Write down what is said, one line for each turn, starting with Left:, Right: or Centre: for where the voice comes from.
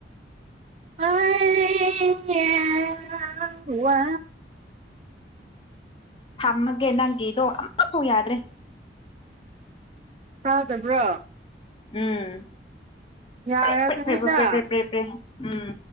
Right: <unintelligible> <inaudible>
Left: <inaudible>
Right: ꯋꯥ
Left: ꯊꯝꯃꯒꯦ ꯅꯪꯒꯤꯗꯣ ꯑꯃꯐꯥꯎ ꯌꯥꯗ꯭ꯔꯦ
Right: ꯇꯗꯕ꯭ꯔꯣ
Left: ꯎꯝ
Right: ꯌꯥꯔꯒꯅꯤꯗ
Left: ꯞꯔꯦꯛ ꯄꯔꯦꯛ ꯄꯔ꯭ꯦꯛ ꯎꯝ